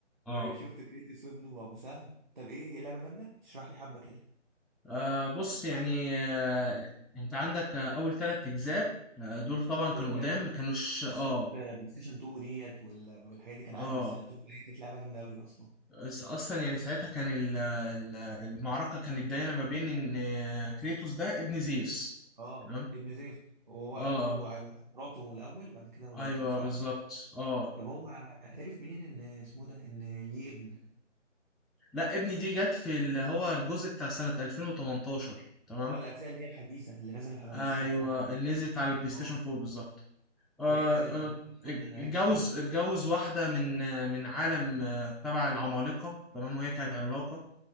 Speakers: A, in the centre; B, on the right.
A: اه
B: وشفت كريتيوس وابنه وابو سهم طب ايه هي اللعبه جامده تشرح لي حبه كده
A: آه، بص يعني آه، انت عندك آه، اول ثلاث اجزاء آه، دول طبعا
B: بيقول
A: كانوا قدام
B: لي
A: ما كانوش
B: نسخه
A: اه
B: بلاي ستيشن 2 ديت وال- والحاجات دي كان
A: اه
B: عندي بلاي ستيشن 2 فهي كانت لعبه جامده قوي اصلا
A: بس اصلا يعني ساعتها كان ال- ال- المعركه كانت دايره ما بين ان آه، كريتوس ده ابن زيوس
B: اه
A: تمام
B: ابن زيوس وهو
A: اه
B: قتله عن- مراته الاول بعد كده هو
A: ايوه
B: قتله صح
A: بالظبط اه
B: طب هو عرف منين ان اسمه ده ان ليه ابن
A: لا ابني دي جت في اللي هو الجزء بتاع سنه 2018 تمام
B: اه الاجزاء اللي هي الحديثه اللي نزلت على
A: ايوه
B: بلاي ستيشن 4 تقريبا
A: اللي نزلت على البلاي ستيشن
B: اه
A: 4 بالظبط آه
B: طب هي نزلت
A: آه
B: طب هو اصلا
A: اتجوز
B: عرف منين
A: اتجوز واحده من آه، من عالم آه، تبع العمالقه تمام وهي كانت عملاقه